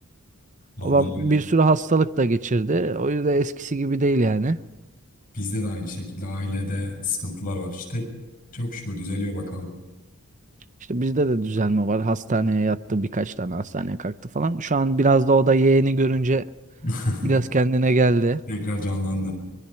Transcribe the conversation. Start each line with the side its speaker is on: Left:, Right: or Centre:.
Left: Vallahi
Right: Babam
Left: öyle.
Right: bir sürü hastalık da geçirdi. O yüzden eskisi gibi değil yani.
Left: Bizde de aynı şekilde ailede sıkıntılar var. İşte çok şükür düzeliyor bakalım.
Right: İşte bizde de düzelme var. Hastaneye yattı birkaç tane hastaneye kalktı falan. Şu an biraz da o da yeğeni görünce
Left: <laughs>
Right: biraz kendine geldi.
Left: Tekrar canlandı.